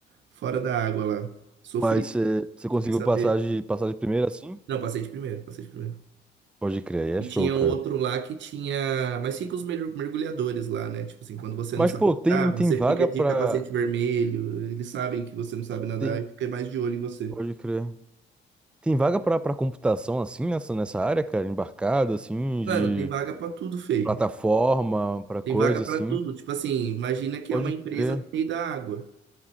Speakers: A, on the right; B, in the centre.
A: fora da água lá. Sofri,
B: Mas você conseguiu
A: sem saber.
B: passar de, passar de primeira assim?
A: Não, passei de primeiro, passei de primeiro.
B: Pode crer, aí é
A: E
B: show,
A: tinha
B: cara.
A: um outro lá que tinha, mas fica os mer- mergulhadores lá, né? Tipo assim, quando você
B: Mas,
A: não sabe
B: pô, tem,
A: nadar,
B: tem
A: você
B: vaga
A: fica de
B: pra.
A: capacete vermelho, eles sabem que você não sabe nadar
B: Tem.
A: e fica mais de olho em você.
B: Pode crer. Tem vaga pra, pra computação, assim, nessa, nessa área, cara? Embarcado, assim, de
A: Mano, tem vaga pra tudo, feio.
B: plataforma, pra coisa,
A: Tem vaga para
B: assim.
A: tudo. Tipo assim, imagina que
B: Pode
A: é uma empresa
B: crer.
A: no meio da água.